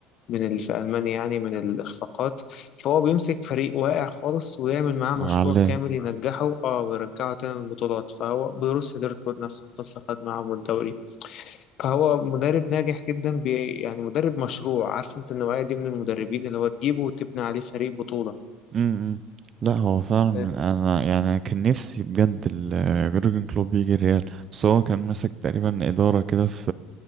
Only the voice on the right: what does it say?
علاه
امم امم. لا هو فعلا من
انا يعني أنا كان نفسي بجد ال- جورجن كلوب يجي الريال بس هو كان ماسك تقريبا اداره كده في